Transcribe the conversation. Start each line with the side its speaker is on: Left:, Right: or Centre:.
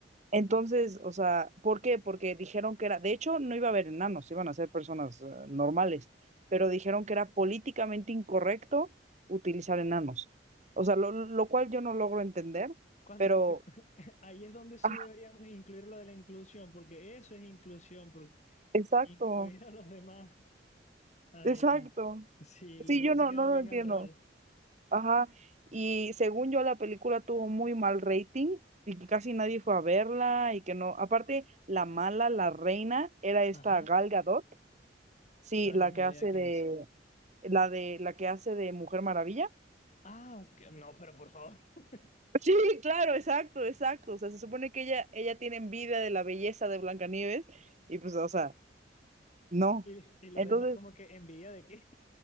Right: Entonces, o sea, ¿por qué? Porque dijeron que era, de hecho, no iba a haber enanos, iban a ser personas eh, normales, pero dijeron que era políticamente incorrecto utilizar enanos. O sea, lo, lo cual yo no logro entender,
Left: Cuando,
Right: pero,
Left: <laughs> ahí es donde sí
Right: ah,
Left: deberían incluir lo de la inclusión, porque eso es inclusión, porque
Right: exacto,
Left: incluir a los demás, ay,
Right: exacto.
Left: ah, si les
Right: Sí,
Left: hubiese
Right: yo no,
Left: quedado
Right: no lo
Left: bien
Right: entiendo.
Left: el rol.
Right: Ajá. Y según yo, la película tuvo muy mal rating y que casi nadie fue a verla y que no. Aparte, la mala, la reina, era esta
Left: Ajá.
Right: Gal Gadot, sí,
Left: Ah,
Right: la
Left: no, ni
Right: que
Left: idea
Right: hace
Left: quién
Right: de
Left: es.
Right: la de la que hace de Mujer Maravilla. <laughs>
Left: Ah, ok, no, pero por favor. <laughs>
Right: Sí, claro, exacto, exacto. O sea, se supone que ella, ella tiene envidia de la belleza de Blancanieves y pues, o sea, no.
Left: Y, y los
Right: Entonces,
Left: demás como que envidia de qué.